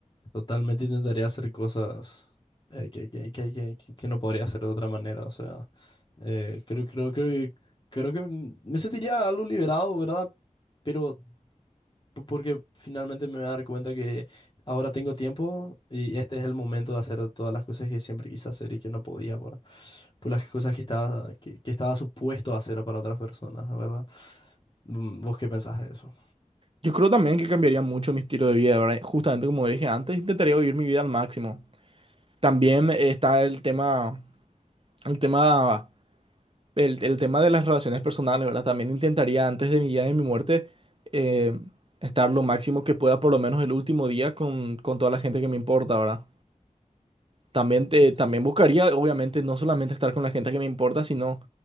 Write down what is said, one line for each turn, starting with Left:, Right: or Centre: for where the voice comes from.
Left: Totalmente intentaría hacer cosas eh, que, que, que, que, que- que no podría hacer de otra manera. O sea, eh, creo, creo, creo que creo que me sentiría algo liberado, ¿verdad? Pero po- porque finalmente me voy a dar cuenta que ahora tengo tiempo y este es el momento de hacer todas las cosas que siempre quise hacer y que no podía por, por las cosas que estaba, que, que estaba supuesto a hacer para otras personas, ¿verdad? Mm, ¿Vos qué pensás de eso?
Right: Yo creo también que cambiaría mucho mi estilo de vida, ¿verdad? Justamente como dije antes, intentaría vivir mi vida al máximo. También está el tema, el tema el, el tema de las relaciones personales, ¿verdad? También intentaría antes de mi día de mi muerte eh, estar lo máximo que pueda, por lo menos el último día, con, con toda la gente que me importa, ¿verdad? También, te, también
Left: T-
Right: buscaría, obviamente, no solamente estar con la gente que me importa, sino,